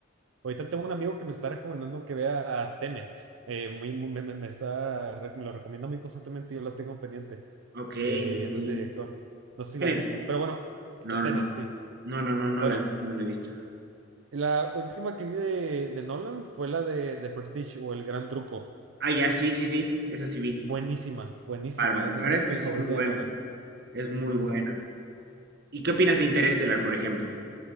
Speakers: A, on the right; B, on the right.
A: ahorita tengo un amigo que me está recomendando que vea a Tenet. Eh, muy, muy- me, me- me está, re- me lo recomienda muy constantemente y yo la tengo pendiente.
B: Ok,
A: Eh,
B: ok.
A: es de ese director. No sé si
B: Tiene
A: la has visto, pero bueno, eh,
B: No,
A: Tenet,
B: no, no.
A: sí.
B: No, no, no, no
A: Bueno,
B: la he visto, no la he visto.
A: la última que vi de, de Nolan fue la de, de Prestige o El Gran Truco.
B: Ah, ya, sí, sí, sí. Esa sí vi.
A: Buenísima, buenísima.
B: Bárbara.
A: Esta
B: La
A: es
B: verdad
A: mi peli
B: es que sí,
A: favorita
B: muy buena.
A: de Nolan.
B: Es muy
A: Sí,
B: buena.
A: sí, sí.
B: ¿Y qué opinas de Interestelar, por ejemplo?